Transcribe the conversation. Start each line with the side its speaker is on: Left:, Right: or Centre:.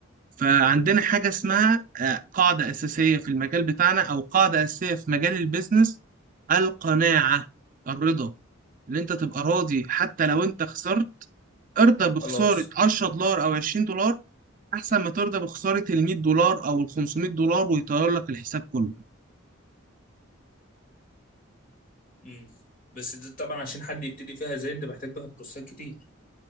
Right: فعندنا حاجة اسمها آه، قاعدة أساسية في المجال بتاعنا أو قاعدة أساسية في مجال البيزنس القناعة الرضا إن أنت تبقى راضي حتى لو أنت خسرت ارضى بخسارة
Left: خلاص
Right: 10 دولار أو 20 دولار أحسن ما ترضى بخسارة ال 100 دولار أو ال 500 دولار ويطير لك الحساب كله
Left: امم بس ده طبعا عشان حد يبتدي فيها زي انت محتاج تاخد كورسات كتير